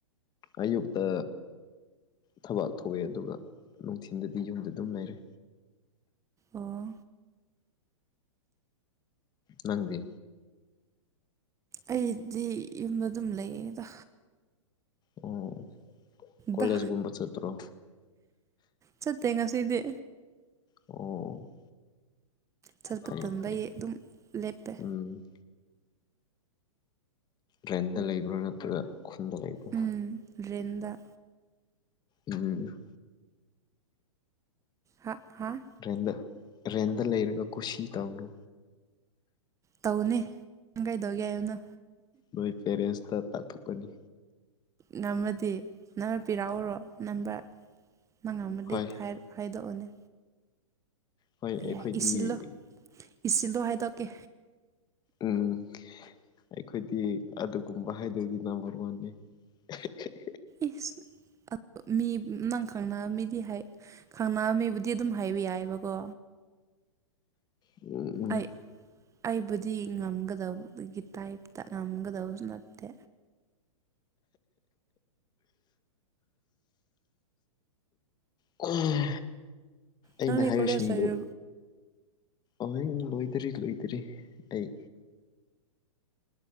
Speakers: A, on the left; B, on the right.
A: ꯑꯌꯨꯛꯇ ꯊꯕꯥꯛ ꯊꯣꯛꯑꯦ ꯑꯗꯨꯒ ꯅꯨꯡꯊꯤꯟꯗꯗꯤ ꯌꯨꯝꯗ ꯑꯗꯨꯝ ꯂꯩꯔꯦ
B: ꯑꯣ
A: ꯅꯪꯗꯤ
B: ꯑꯩꯗꯤ ꯌꯨꯝꯗ ꯑꯗꯨꯝ ꯂꯩꯌꯦꯗ
A: ꯑꯣ ꯀꯣꯂꯦꯖꯒꯨꯝꯕ
B: ꯗꯥ
A: ꯆꯠꯇ꯭ꯔꯣ
B: ꯆꯠꯇꯦ ꯉꯁꯤꯗꯤ꯫
A: ꯑꯣ꯫
B: ꯆꯠꯄ
A: ꯐꯩ
B: ꯇꯟꯕꯒꯤ
A: ꯐꯩ
B: ꯑꯗꯨꯝ ꯂꯦꯞꯄꯦ꯫
A: ꯎꯝ ꯔꯦꯟꯗ ꯂꯩꯕ꯭ꯔꯣ ꯅꯠꯇ꯭ꯔꯒ ꯈꯨꯟꯗ ꯂꯩꯕ꯭ꯔꯥ꯫
B: ꯎꯝ ꯔꯦꯟꯗ꯫
A: ꯎꯝ꯫
B: ꯍꯥ ꯍꯥꯥ꯫
A: ꯔꯦꯟꯗ ꯔꯦꯟꯗ ꯂꯩꯔꯒ ꯀꯨꯁꯤ ꯇꯧꯅꯨ꯫
B: ꯇꯧꯅꯦ ꯅꯪ ꯀꯩꯗꯧꯒꯦ ꯍꯥꯏꯕꯅꯣ
A: ꯅꯣꯏ ꯄꯦꯔꯦꯟꯁꯇ ꯇꯥꯛꯊꯣꯛꯀꯅꯤ
B: ꯉꯝꯃꯗꯤ ꯅꯝꯕꫪ ꯄꯤꯔꯛꯎꯔꯣ ꯅꯝꯕꫪ ꯅꯪ ꯉꯝꯃꯗꯤ
A: ꯍꯣꯏ
B: ꯍꯥꯏꯗꯣꯛ ꯑꫭꯅꯦ
A: ꯍꯣꯏ ꯑꯩꯈꯣꯏꯗꯤ
B: ꯌꯥꯏ ꯏꯁꯤꯜꯂꯨ ꯏꯁꯤꯜꯂꯣ ꯍꯥꯏꯗꯣꯛꯀꯦ
A: ꯎꯝ ꯑꯩꯈꯣꯏꯗꯤ ꯑꯗꯨꯒꯨꯝꯕ ꯍꯥꯏꯗꯣꯏꯗꯤ ꯅꯝꯕꯔ ꯋꯥꯟꯅꯦ <unintelligible>
B: ꯏꯁ ꯑ ꯃꯤ ꯅꯪ ꯈꯪꯅꯕ ꯃꯤꯗꯤ ꯍꯥꯏ ꯈꯪꯅꯕ ꯃꯤꯕꯨꯗꯤ ꯑꯗꯨꯝ ꯍꯥꯏꯕ ꯌꯥꯏꯑꯕꯀꯣ꯫
A: ꯎꯝ꯫
B: ꯑꯩ ꯑꯩꯕꯨꯗꯤ ꯉꯝꯒꯗꯕꯒꯤ ꯇꯥꯏꯞꯇ ꯉꯝꯒꯗꯕꯁꯨ ꯅꯠꯇꯦ꯫
A: ꯎꯝ ꯑꯩꯅ
B: ꯅꯪꯗꯤ
A: ꯍꯥꯏꯔꯤꯁꯤꯡꯗꯨ
B: ꯀꯣꯂꯦꯖ ꯂꯩꯔ
A: ꯑꯣꯍꯤ ꯂꯣꯏꯗ꯭ꯔꯤ ꯂꯣꯏꯗ꯭ꯔꯤ ꯑꯩ꯫